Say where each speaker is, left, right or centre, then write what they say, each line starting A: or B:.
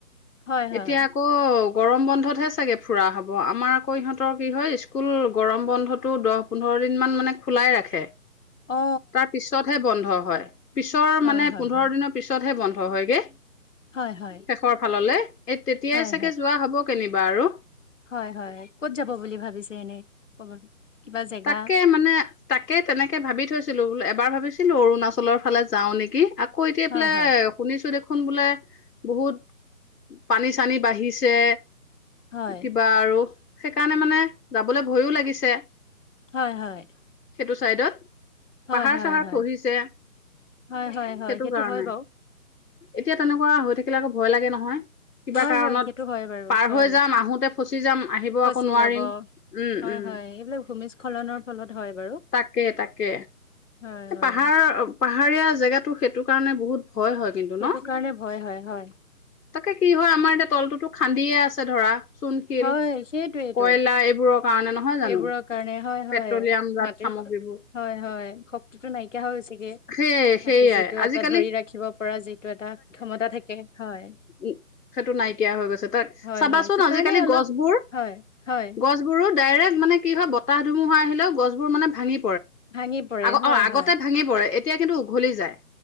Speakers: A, on the left; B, on the left.
A: হয় হয়
B: এতিয়া আকৌ গৰম বন্ধতহে চাগে ফুৰা হ'ব আমাৰ আকৌ ইহঁতৰ কি হয় স্কুল গৰম বন্ধটো দহ, পোন্ধৰ দিন মান মানে খোলাই ৰাখে
A: অ অ
B: তাৰ পিছতহে বন্ধ হয়। পিছৰ
A: হয়
B: মানে
A: হয়
B: পোন্ধৰ
A: হয়
B: দিনৰ পিছতহে বন্ধ হয়গে
A: হয় হয়
B: শেষৰ ফাললে এ তেতিয়াই
A: হয়
B: চাগে যোৱা হ'ব কেনিবা আৰু।
A: হয় হয় ক'ত যাব বুলি ভাবিছে এনেই কব। কিবা জেগা
B: তাকে মানে তাকে তেনেকে ভাবি থৈছিলোঁ বোলোঁ এ এবাৰ ভাবিছিলোঁ অৰুণাচলৰ ফালে যাও নেকি, আকৌ এতিয়া এইফালে
A: হয় হয়
B: শুনিছোঁ দেখোন <unintelligible> কোন বোলে বহুত পানী-চানী বাঢ়িছে।
A: হয়
B: কিবা আৰু সেইকাৰণে মানে যাবলৈ ভয়ো লাগিছে।
A: হয় হয়
B: সেইটো চাইডত
A: হয়
B: পাহাৰ-চাহাৰ
A: হয় হয়
B: খহিছে
A: হয় হয় হয়
B: সেইটো কাৰণে।
A: হয় বাৰু
B: এতিয়া তেনেকুৱা হৈ থাকিলে আকৌ ভয় লাগে নহয়। কিবা
A: হয়
B: কাৰণত
A: হয় সেইটো হয় বাৰু
B: পাৰ
A: হয়
B: হৈ যাম আহোতে ফচি যাম, আহিব
A: ফচি
B: আকৌ নোৱাৰিম।
A: যাব
B: উম
A: হয়
B: উম
A: হয় এইবিলাক ভূমিস্খলনৰ ফলত হয় বাৰু
B: তাকে- তাকে
A: হয় হয়
B: পাহাৰ -পাহাৰীয়া জেগাটো সেইটো কাৰণে বহুত ভয় হয় কিন্তু
A: সেইটো
B: ন?
A: কাৰণে ভয় হয় হয়
B: তাকে কি হয় আমাৰ এতিয়া তলটোতো খান্দিয়ে আছে ধৰা চূণশিল
A: হয়, সেইটোৱেইটো।
B: কয়লা এইবোৰৰ কাৰণে নহয় জানো
A: এইবোৰৰ কাৰণে হয়- হয়
B: পেট্ৰলিয়াম জাত
A: মাটিৰ
B: সামগ্ৰীবোৰ
A: হয় -হয় খ টো নাইকিয়া হৈ গৈছেগে
B: সেয়ে সেয়াই
A: ৰাতি যিটো
B: আজিকালি
A: এটা ধৰি ৰাখিব পৰা যিটো এটা ক্ষমতা থাকে হয়।
B: উম, সেইটো নাইকিয়া হৈ গৈছে তাৰ
A: হয়
B: চাবাচোন
A: হয় সেইকাৰণে
B: আজিকালি
A: অলপ
B: গছবোৰ-
A: হয় হয়
B: গছবোৰো ডাইৰেক্ট মানে কি হয় বতাহ ধুমুহা আহিলও গছবোৰ মানে ভাঙি
A: ভাঙি পৰে।
B: অহ,
A: হয়
B: আগতে
A: হয়
B: ভাঙি পৰে এতিয়া কিন্তু উঘলি যায়।